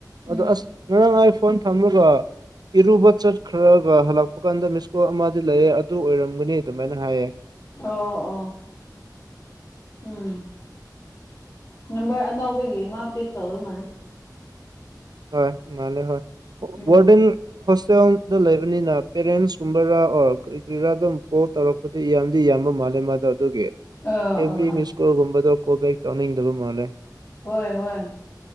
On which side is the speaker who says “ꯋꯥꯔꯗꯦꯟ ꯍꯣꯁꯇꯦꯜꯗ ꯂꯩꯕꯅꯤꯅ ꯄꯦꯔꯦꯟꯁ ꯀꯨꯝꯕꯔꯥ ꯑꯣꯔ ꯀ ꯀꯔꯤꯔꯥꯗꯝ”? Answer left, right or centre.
Right